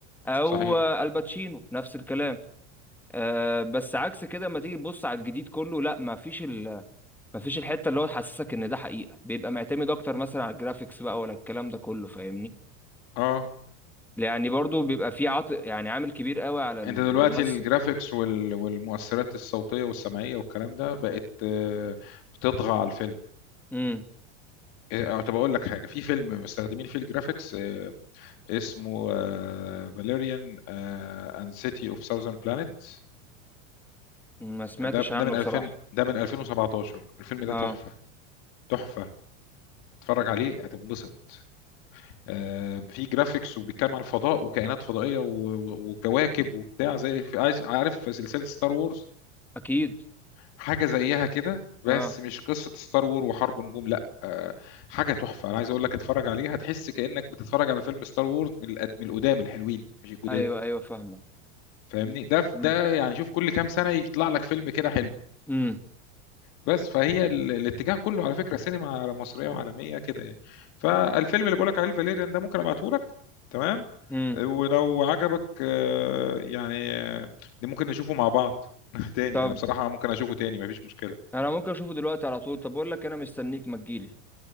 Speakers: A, in the centre; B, on the left.
A: او
B: صحيح
A: آه، الباتشينو نفس الكلام آه بس عكس كده لما تيجي تبص على الجديد كله لا ما فيش ال... ما فيش الحته اللي هو تحسسك ان ده حقيقه بيبقى معتمد اكتر مثلا على الجرافيكس بقى ولا الكلام ده كله فاهمني
B: اه
A: يعني برضو بيبقى في عط... يعني عامل كبير قوي على الممثل
B: انت دلوقتي الجرافيكس وال... والمؤثرات الصوتية والسمعية والكلام ده بقت آه بتطغى على الفيلم
A: امم
B: آه، طب اقول لك حاجه في فيلم مستخدمين فيه الجرافيكس اسمه فاليريان اند سيتي اوف ساوزرن بلانيت
A: ما سمعتش
B: ده
A: عنه
B: ده من
A: بصراحه
B: 2000 ده من 2017 الفيلم ده
A: اه
B: تحفة تحفة اتفرج عليه هتنبسط آه، في جرافيكس وبيتكلم عن الفضاء وكائنات فضائية و- و- وكواكب وبتاع زي في عايز عارف في سلسلة ستار وورز
A: اكيد
B: حاجة زيها كده بس
A: اه
B: مش قصة ستار وور وحرب نجوم لا آه، حاجة تحفة انا عايز اقول لك اتفرج عليها هتحس كأنك بتتفرج على فيلم ستار وورز من القد- من القدام الحلوين مش الجداد
A: ايوه ايوه فاهمك
B: فاهمني ده
A: امم
B: ده يعني شوف كل كام سنة يطلع لك فيلم كده حلو
A: امم
B: بس فهي ال- الاتجاه كله على فكرة سينما مصرية وعالمية كده يعني فالفيلم اللي بقولك عليه الفاليريان ده ممكن ابعته لك تمام
A: أمم.
B: ولو عجبك آه، يعني آه، ممكن نشوفه مع بعض <laughs> تاني
A: طب
B: انا بصراحة ممكن اشوفه تاني مفيش مشكلة
A: انا ممكن اشوفه دلوقتي على طول طب اقول لك انا مستنيك ما تجيلي